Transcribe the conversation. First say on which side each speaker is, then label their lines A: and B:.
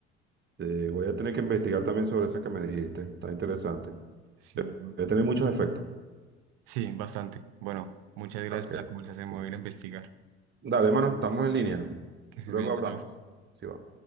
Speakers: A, on the right; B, on the right.
A: Eh, voy a tener que investigar también sobre esa que me dijiste, está interesante.
B: Sí, ¿no?
A: Voy a tener muchos efectos.
B: sí, bastante. Bueno, muchas gracias
A: Ok,
B: por la conversación.
A: sí.
B: Me voy a ir a investigar.
A: Dale, mano, estamos en línea.
B: Que se
A: Luego
B: bien,
A: hablamos.
B: chao.
A: Sí, va.